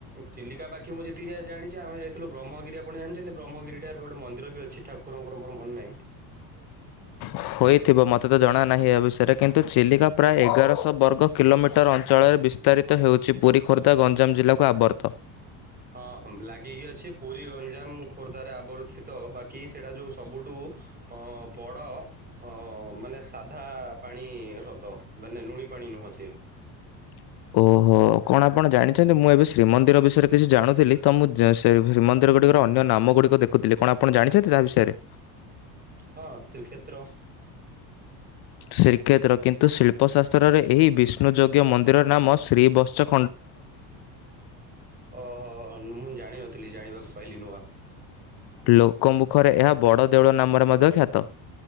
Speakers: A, on the right; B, on the left.
A: ଚିଲିକା ପାଖି ମୁଁ ଯେତିକି ଜାଣିଛି ଆମେ ଯାଇଥିଲ ବ୍ର୍ମଗିରି ଆପଣ ଜାଣିଛନ୍ତି ବ୍ରହ୍ମଗିରି ଏଠାରେ ଗୋଟେ ମନ୍ଦିର ବି ଅଛି ଠାକୁରଙ୍କର ମୋର ମନେ ନାହିଁ।
B: ହୋଇଥିବ ମୋତେ ତ ଜଣା ନାହିଁ ଏ ବିଷୟରେ କିନ୍ତୁ ଚିଲିକା ପ୍ରାୟ ଏଗାରଶହ ବର୍ଗ କିଲୋମିଟର ଅଞ୍ଚଳରେ ବିସ୍ତାରିତ ହେଉଛି ପୁରୀ ଖୋର୍ଦ୍ଧା ଗଞ୍ଜାମ ଜିଲ୍ଲାକୁ ଆବର୍ତ୍ତ
A: ହଁ ଲାଗିକି ଅଛି ପୁରୀ ଗଞ୍ଜାମ ଖୋର୍ଦ୍ଧାରେ ଆବର୍ତ୍ତିତ ବାକି ସେଟା ଯୋଉ ସବୁଠୁ ଅ ବଡ଼ ମାନ ମାନେ ସାଧା ପାଣି ହ୍ରଦ ମାନେ ଲୁଣି ପାଣି ନୁହଁ ସେ
B: <inaudible> କଣ ଆପଣ ଜାଣିଛନ୍ତି ମୁଁ ଏବେ ଶ୍ରୀ ମନ୍ଦୀର ବିଷୟରେ କିଛି ଜାଣୁଥିଲି ତ ମୁ <unintelligible> ଗୁଡ଼ିକ ଦେଖୁଥିଲି କଣ ଆପଣ ଜାଣିଛନ୍ତି ତା ବିଷୟରେ?
A: ହଁ ଶ୍ରୀକ୍ଷେତ୍ର।
B: ଶ୍ରୀକ୍ଷେତ୍ର କିନ୍ତୁ ଶିଳ୍ପଶାସ୍ତ୍ରରେ ଏହି ବିଷ୍ଣୁ ଯୋଗ୍ୟ ମନ୍ଦିରର ନାମ ଶ୍ରୀ ବତ୍ସ
A: ଓହୋ ମୁଁ ଜାଣିନଥିଲି ଜାଣିବାକୁ ପାଇଲି ନୂଆ।
B: ଲୋକ ମୁଖରେ ଏହା ବଡ଼ ଦେଉଳ ନାମରେ ମଧ୍ୟ ଖ୍ୟାତ।